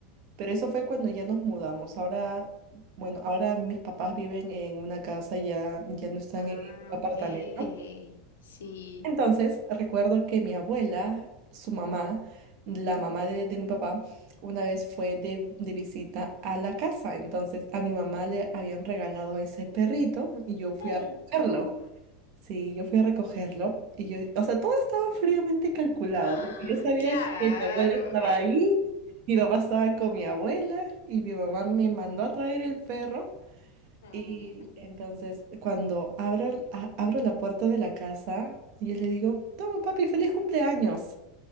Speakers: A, on the right; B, on the left.
A: Pero eso fue cuando ya nos mudamos. Ahora, bueno, ahora mis papás viven en una casa, ya, ya no están
B: Ah,
A: en en un
B: ok.
A: apartamento.
B: Sí.
A: Entonces, recuerdo que mi abuela, su mamá, la mamá de, de mi papá, una vez fue de, de visita a la casa. Entonces, a mi mamá le habían regalado ese perrito y yo fui
B: Ay,
A: a recogerlo.
B: no.
A: Sí, yo fui a recogerlo y yo, o sea, todo estaba fríamente calculado,
B: Ah,
A: porque yo sabía
B: claro.
A: que mi abuela estaba ahí, mi papá estaba con mi abuela y mi mamá me mandó a traer el perro.
B: <laughs> Mm.
A: Y entonces, cuando abro, a- abro la puerta de la casa, yo le digo, toma papi, feliz cumpleaños.